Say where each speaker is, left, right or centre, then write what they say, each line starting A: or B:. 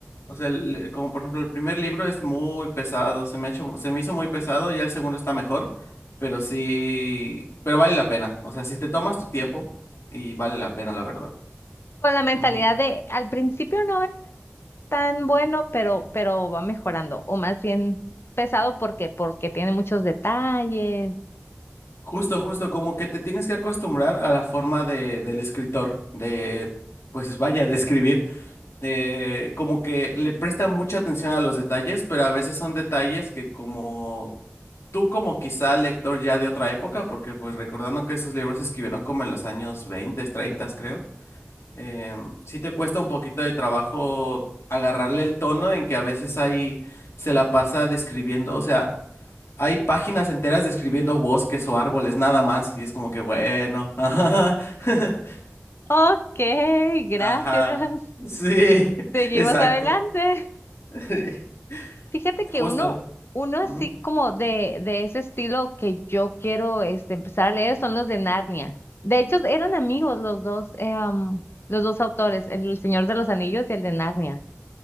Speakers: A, on the left; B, on the left.
A: o sea, el- como por ejemplo el primer libro es muy pesado, se me ha hecho, se me hizo muy pesado, ya el segundo está mejor, pero sí, pero vale la pena, o sea, si te tomas tu tiempo y vale la pena, la verdad.
B: con la mentalidad
A: Ujú.
B: de al principio no tan bueno, pero, pero va mejorando, o más bien pesado porque, porque tiene muchos detalles.
A: Justo, justo, como que te tienes que acostumbrar a la forma de, del escritor, de, pues vaya, de escribir. eh, como que le presta mucha atención a los detalles, pero a veces son detalles que como tú como quizá lector ya de otra época, porque pues recordando que estos libros se escribieron como en los años 20, 30, creo, eh, sí te cuesta un poquito de trabajo agarrarle el tono en que a veces ahí se la pasa describiendo, o sea, hay páginas enteras describiendo bosques o árboles, nada más, y es como que bueno, <laughs>
B: Ok, gracias.
A: ajá, sí, <laughs>
B: Seguimos
A: exacto.
B: adelante.
A: <laughs>
B: Fíjate que
A: Justo.
B: uno, uno así
A: Ujú.
B: como de, de ese estilo que yo quiero este, empezar a leer son los de Narnia. De hecho, eran amigos los dos, eh, am, los dos autores, el Señor de los Anillos y el de Narnia.